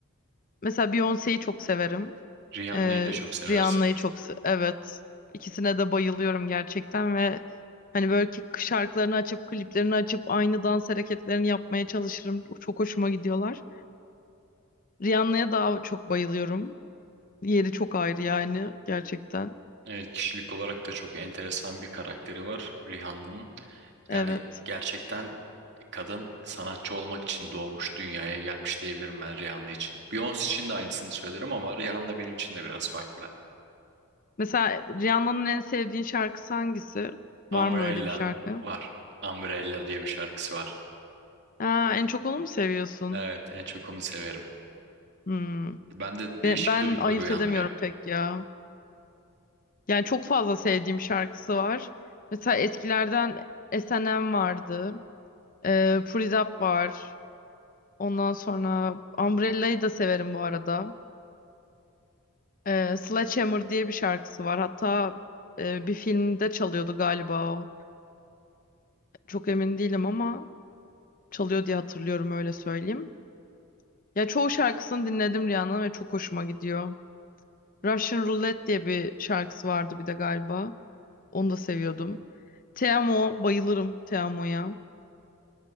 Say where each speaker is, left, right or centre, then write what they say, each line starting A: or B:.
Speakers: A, on the left; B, on the right.
A: Mesela Beyoncé'yi çok severim.
B: Rihanna'yı
A: E,
B: da çok seversin
A: Rihanna'yı çok se- evet. İkisine de bayılıyorum gerçekten ve hani böyle ki şarkılarını açıp kliplerini açıp aynı dans hareketlerini yapmaya çalışırım. Çok hoşuma gidiyorlar. Rihanna'ya daha çok bayılıyorum. Yeri çok ayrı yani gerçekten.
B: Evet, kişilik olarak da çok enteresan bir karakteri var Rihanna'nın.
A: Evet.
B: Yani gerçekten kadın sanatçı olmak için doğmuş, dünyaya gelmiş diyebilirim ben Rihanna için. Beyoncé için de aynısını söylerim ama Rihanna benim için de biraz farklı.
A: Mesela Rihanna'nın en sevdiğin şarkısı hangisi?
B: Umbrella
A: Var mı öyle bir şarkı?
B: var. Umbrella diye bir şarkısı var.
A: Aa, en çok onu mu seviyorsun?
B: Evet, en çok onu severim.
A: Hmm.
B: Ben de değişik
A: Ben, ben
B: duygular
A: ayırt
B: uyandırıyor.
A: edemiyorum pek ya. Yani çok fazla sevdiğim şarkısı var. Mesela eskilerden S&M vardı. Ee, Put It Up var. Ondan sonra Umbrella'yı da severim bu arada. Ee, Sledgehammer diye bir şarkısı var. Hatta e, bir filmde çalıyordu galiba o. Çok emin değilim ama çalıyor diye hatırlıyorum öyle söyleyeyim. Ya çoğu şarkısını dinledim Rihanna'nın ve çok hoşuma gidiyor. Russian Roulette diye bir şarkısı vardı bir de galiba. Onu da seviyordum. Te Amo, bayılırım Te Amo'ya.